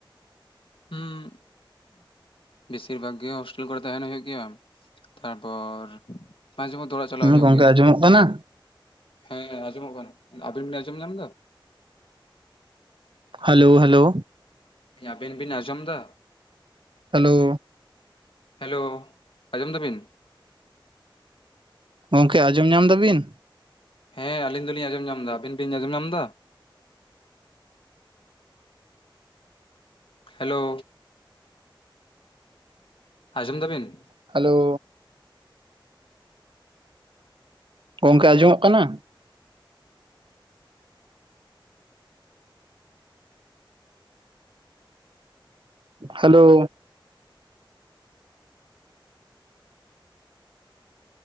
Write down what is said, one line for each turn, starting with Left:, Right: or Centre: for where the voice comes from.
Left: ᱦᱩᱸ ᱵᱮᱥᱤᱨ ᱵᱷᱟᱜᱽ ᱜᱮ ᱦᱳᱥᱴᱮᱞ ᱠᱚᱨᱮ ᱛᱟᱦᱮᱱ ᱦᱩᱭᱩᱜ ᱜᱮᱭᱟ ᱛᱟᱨᱯᱚᱨ ᱢᱟᱡᱷᱮ ᱢᱚᱫᱫᱷᱮ ᱚᱲᱟᱜ ᱪᱟᱞᱟᱜ
Right: ᱦᱩᱸ
Left: ᱦᱩᱭᱩᱜ
Right: ᱜᱚᱝᱠᱮ
Left: ᱜᱮᱭᱟ
Right: ᱟᱸᱡᱚᱢᱚᱜ ᱠᱟᱱᱟ
Left: ᱦᱮᱸ ᱟᱸᱡᱚᱢᱚᱜ ᱠᱟᱱᱟ ᱟᱵᱤᱱ ᱟᱸᱡᱚᱢ ᱧᱟᱢ ᱮᱫᱟ
Right: ᱦᱮᱞᱳ ᱦᱮᱞᱳ
Left: ᱟᱵᱮᱱ ᱵᱤᱱ ᱟᱸᱡᱚᱢ ᱮᱫᱟ
Right: ᱦᱮᱞᱳ
Left: ᱦᱮᱞᱳ ᱟᱡᱚᱢ ᱫᱟᱵᱤᱱ
Right: ᱜᱚᱢᱠᱮ ᱟᱸᱡᱚᱢ ᱧᱟᱢ ᱮᱫᱟ ᱵᱤᱱ
Left: ᱦᱮᱸ ᱟᱞᱤᱧ ᱫᱚᱞᱤᱧ ᱟᱸᱡᱚᱢ ᱧᱟᱢ ᱮᱫᱟ ᱟᱵᱤᱱ ᱵᱤᱱ ᱟᱸᱡᱚᱢ ᱮᱫᱟ ᱦᱮᱞᱳ ᱟᱡᱚᱢ ᱫᱟᱵᱤᱱ
Right: ᱦᱮᱞᱳ ᱜᱚᱝᱠᱮ ᱟᱸᱡᱚᱢᱚᱜ ᱠᱟᱱᱟ ᱦᱮᱞᱳ